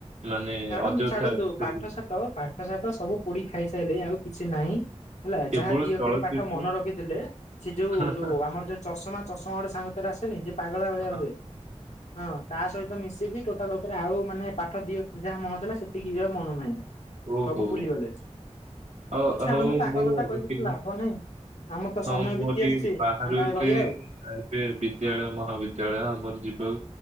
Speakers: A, on the right; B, on the left.
A: ମାନେ
B: ଛାଡନ୍ତୁ
A: ଅଯଥା
B: ଛାଡନ୍ତୁ। ପାଠ ସାଠ, ପାଠ ସାଠ ସବୁ ପୋଡି ଖାଇସାଇଲେଣି, ଆଉ କିଛି ନାହିଁ। ହେଲା
A: କେବଳ
B: ଯାହା ଦି ଅକ୍ଷରି
A: ଚଳଚ୍ଚିତ୍ର
B: ପାଠ ମନେ ରଖିଥିଲେ, ସେ ଯୋଉ
A: ହଁ
B: ଯୋଉ ଆମର ଯୋଉ ଚଷମା ଚଷ ମୋର ଗୋଟେ ସାଙ୍ଗ ଥିଲା ଆସେନି, ଯେ ପାଗାଳା ଭଳିଆ
A: ହଁ,
B: ହୁଏ? ହଁ ତା ସହିତ ମିଶି ଦିଦି ଟୋଟାଲ ଉପରେ ଆଉ ମାନେ ପାଠ ଦି ଅକ୍ଷରି ଯାହା ମନର ଥିଲା ସେତିକି ବି ଆଉ ମନ ନାହିଁ।
A: ଓହୋ।
B: ସବୁ ଭୁଲିଗଲେ।
A: ହଉ
B: ଆଉ ଛାଡନ୍ତୁ
A: ହଉ
B: ତାଙ୍କ
A: ମୁଁ
B: କଥା କହି କିଛି
A: ଟିକେ
B: ଲାଭ ନାହିଁ। ଆମର ତ ସମୟ
A: ହଁ ମୁଁ
B: ବିତି
A: ବି
B: ଆସୁଛି
A: ବାହାରୁଛି
B: ଆମେ ରହିବା
A: ଏବେ
B: ଆଉ
A: ବିଦ୍ୟାଳୟ ମହାବିଦ୍ୟାଳୟ ଆମର ଯି ବୁ